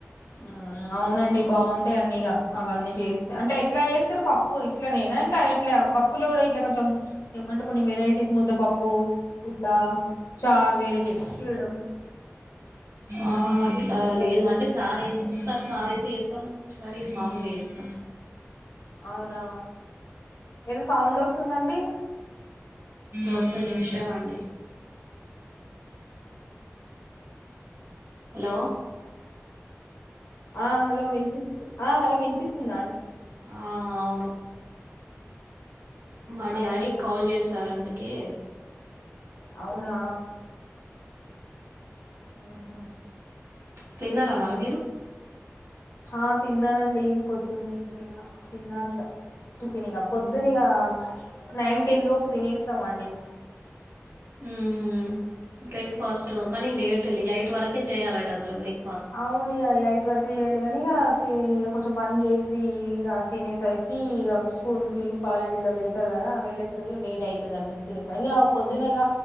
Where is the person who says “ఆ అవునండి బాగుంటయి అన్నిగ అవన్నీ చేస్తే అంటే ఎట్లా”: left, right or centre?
Left